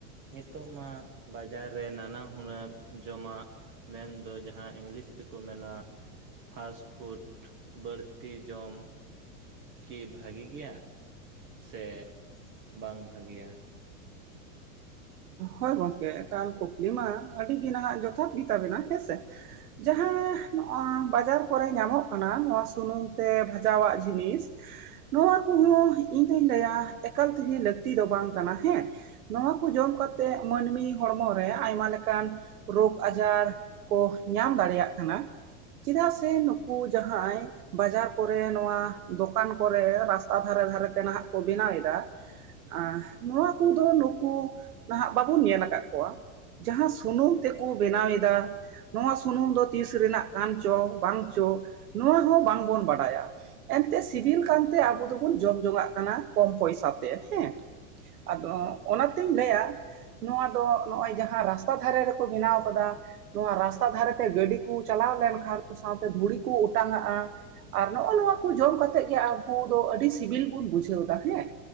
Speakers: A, on the right; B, on the right.
A: ᱱᱤᱛᱚᱜ ᱢᱟ ᱵᱟᱡᱟᱨ ᱨᱮ ᱱᱟᱱᱟ ᱦᱩᱱᱟᱹᱨ ᱡᱚᱢᱟᱜ ᱢᱮᱱᱫᱚ ᱡᱟᱦᱟᱸ ᱤᱝᱞᱤᱥ ᱛᱮᱠᱚ ᱢᱮᱱᱟ ᱯᱷᱟᱥᱯᱷᱩᱴ ᱵᱟᱹᱲᱛᱤ ᱡᱚᱢ ᱠᱤ ᱵᱷᱟᱜᱮ ᱜᱮᱭᱟ ᱥᱮ ᱵᱟᱝ ᱵᱷᱟᱜᱮᱭᱟ?
B: ᱦᱳᱭ ᱜᱚᱢᱠᱮ ᱮᱠᱟᱞ ᱠᱩᱠᱞᱤ ᱢᱟ ᱟᱹᱰᱤ ᱜᱮ ᱱᱟᱦᱟᱜ ᱡᱚᱛᱷᱟᱛ ᱜᱮ ᱛᱟᱵᱮᱱᱟ ᱦᱮᱸᱥᱮ। ᱡᱟᱦᱟᱸ ᱱᱚᱜ-ᱟ ᱵᱟᱡᱟᱨ ᱠᱚᱨᱮ ᱧᱟᱢᱚᱜ ᱠᱟᱱᱟ ᱱᱚᱣᱟ ᱥᱩᱱᱩᱢ ᱛᱮ ᱵᱷᱟᱡᱟᱣᱟᱜ ᱡᱤᱱᱤᱥ ᱱᱚᱣᱟ ᱠᱚᱦᱚᱸ ᱤᱧ ᱫᱩᱧ ᱞᱟᱹᱭᱟ ᱮᱠᱟᱞ ᱛᱮᱜᱮ ᱞᱟᱹᱠᱛᱤ ᱫᱚ ᱵᱟᱝ ᱠᱟᱱᱟ ᱦᱮᱸ, ᱱᱚᱣᱟ ᱠᱩ ᱡᱚᱢ ᱠᱟᱛᱮᱜ ᱢᱟᱹᱱᱢᱤ ᱦᱚᱲᱢᱚᱨ ᱨᱮ ᱟᱭᱢᱟ ᱞᱮᱠᱟᱱ ᱨᱳᱜᱽ ᱟᱡᱟᱨ ᱠᱚ ᱧᱟᱢ ᱫᱟᱲᱮᱭᱟᱜ ᱠᱟᱱᱟ ᱪᱮᱫᱟᱜ ᱥᱮ ᱱᱩᱠᱩ ᱡᱟᱦᱟᱸᱭ ᱵᱟᱡᱟᱨ ᱠᱚᱨᱮ ᱱᱚᱣᱟ ᱫᱚᱠᱟᱱ ᱠᱚᱨᱮ ᱨᱟᱥᱛᱟ ᱫᱷᱟᱨᱮ ᱫᱷᱟᱨᱮᱛᱮ ᱱᱟᱦᱟᱜ ᱠᱚ ᱵᱮᱱᱟᱣᱮᱫᱟ᱾ ᱮ ᱱᱚᱣᱟ ᱠᱚᱫᱚ ᱱᱩᱠᱩ ᱱᱟᱦᱟᱜ ᱵᱟᱵᱚᱱ ᱧᱮᱞ ᱟᱠᱟᱜ ᱠᱚᱣᱟ᱾ ᱡᱟᱦᱟᱸ ᱥᱩᱱᱩᱢ ᱛᱮᱠᱩ ᱵᱮᱱᱟᱣᱮᱫᱟ᱾ ᱱᱚᱣᱟ ᱥᱩᱱᱩᱢ ᱫᱚ ᱛᱤᱥ ᱨᱮᱱᱟᱜ ᱠᱟᱱ ᱪᱚ ᱵᱟᱝ ᱪᱚ ᱱᱚᱣᱟ ᱦᱚᱸ ᱵᱟᱝᱵᱚᱱ ᱵᱟᱰᱟᱭᱟ᱾ ᱮᱱᱛᱮ ᱥᱤᱵᱤᱞ ᱠᱟᱱᱛᱮ ᱟᱵᱚ ᱫᱚᱵᱚᱱ ᱡᱚᱢ ᱡᱚᱝ-ᱟᱜ ᱠᱟᱱᱟ ᱠᱚᱢ ᱯᱚᱭᱥᱟᱛᱮ ᱦᱮᱸ᱾ ᱟᱫᱚ ᱚᱱᱟᱛᱤᱧ ᱞᱟᱹᱭᱟ ᱱᱚᱣᱟ ᱫᱚ ᱱᱚᱜᱼᱚᱭ ᱡᱟᱦᱟᱸ ᱨᱟᱥᱛᱟ ᱫᱷᱟᱨᱮ ᱨᱮᱠᱚ ᱵᱮᱱᱟᱣ ᱠᱟᱫᱟ ᱱᱚᱣᱟ ᱨᱟᱥᱛᱟ ᱫᱷᱟᱨᱮᱛᱮ ᱜᱟᱹᱰᱤ ᱠᱩ ᱪᱟᱞᱟᱣ ᱞᱮᱱᱠᱷᱟᱱ, ᱥᱟᱶᱛᱮ ᱫᱷᱩᱲᱤ ᱠᱩ ᱚᱴᱟᱝ ᱟᱜᱼᱟ᱾ ᱟᱨ ᱱᱚᱜᱼᱚ ᱱᱚᱣᱟ ᱠᱩ ᱡᱚᱢ ᱠᱟᱛᱮᱜ ᱜᱮ ᱟᱵᱩ ᱫᱚ ᱟᱹᱰᱤ ᱥᱤᱵᱤᱞ ᱵᱩᱱ ᱵᱩᱡᱷᱟᱹᱣ ᱫᱟ ᱦᱮᱸ᱾